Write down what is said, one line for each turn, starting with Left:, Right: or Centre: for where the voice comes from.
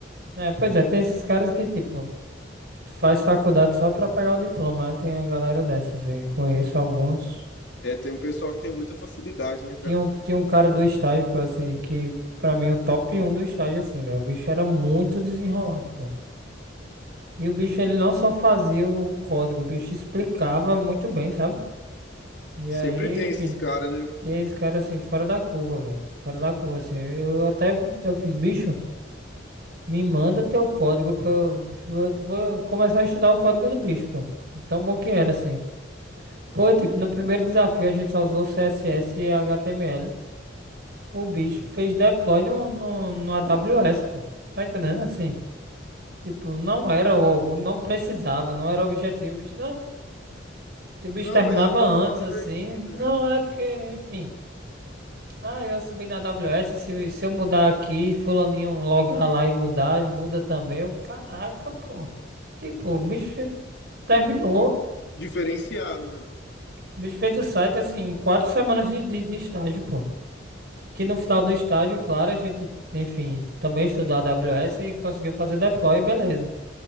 Right: É, pois é. Tem esses caras que, tipo, faz faculdade só pra pegar o diploma, né? Tem a galera dessas. E conheço alguns.
Left: É, tem um pessoal que tem muita facilidade, né, cara?
Right: Tinha um, tinha um cara do estágio, pô, assim, que pra mim é o top um do estágio, assim, velho. O bicho era muito desenrolado, pô. E o bicho, ele não só fazia o código, o bicho explicava muito bem, sabe? E
Left: Sempre
Right: aí,
Left: tem
Right: enfim,
Left: esses caras, né?
Right: tem esse cara assim, fora da curva, velho. Fora da curva, assim. Eu até, eu fiz, bicho, me manda teu código pra eu, eu vou começar a estudar o código do bicho, pô. Tão bom que era, assim. Pô, tipo, no primeiro desafio a gente só usou CSS e HTML. O bicho fez deploy no, no, no AWS, pô. Tá entendendo? Assim, tipo, não era, o- não precisava, não era o objetivo, bicho, não. O bicho
Left: Não,
Right: terminava
Left: mas ó,
Right: antes,
Left: é divertido,
Right: assim. Não, é porque, enfim. Ah, eu subi na AWS, se, se eu mudar aqui, fulaninho logar lá e mudar, muda também. Eu, caraca, pô. Tipo, o bicho terminou.
Left: di- diferenciado, né?
Right: O bicho fez o site, assim, em quatro semanas de, de, de estágio, pô. Que no final do estágio, claro, a gente, enfim, também estudou a AWS e conseguiu fazer deploy, beleza.